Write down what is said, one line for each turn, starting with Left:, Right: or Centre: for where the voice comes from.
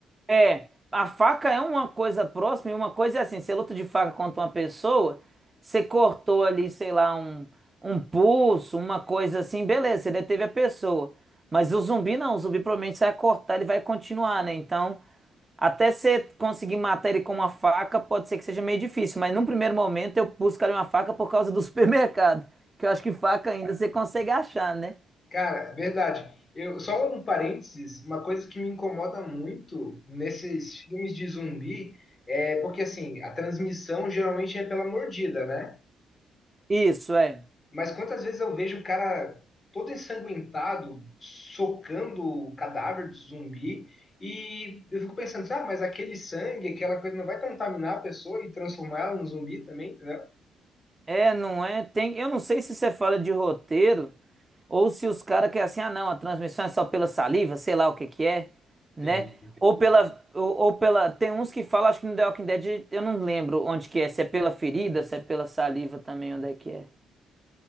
Right: É, a faca é uma coisa próxima e uma coisa é assim, você luta de faca contra uma pessoa, você cortou ali, sei lá, um, um pulso, uma coisa assim, beleza, você deteve a pessoa. Mas o zumbi não, o zumbi provavelmente você vai cortar, ele vai continuar, né? Então, até você conseguir matar ele com uma faca, pode ser que seja meio difícil, mas num primeiro momento eu buscaria uma faca por causa do <laughs> supermercado, que eu acho que faca ainda você consegue achar, né?
Left: Cara, verdade. Eu, só um parênteses, uma coisa que me incomoda muito nesses filmes de zumbi é porque, assim, a transmissão geralmente é pela mordida, né?
Right: Isso, é.
Left: Mas quantas vezes eu vejo o cara todo ensanguentado, socando o cadáver do zumbi, e eu fico pensando, ah, mas aquele sangue, aquela coisa não vai contaminar a pessoa e transformar ela num zumbi também, entendeu?
Right: É, não é? Tem, eu não sei se você fala de roteiro ou se os caras querem assim, ah, não, a transmissão é só pela saliva, sei lá o que que é, né?
Left: Entendi.
Right: Ou pela, ou, ou pela, tem uns que falam, acho que no The Walking Dead, eu não lembro onde que é, se é pela ferida, se é pela saliva também, onde é que é.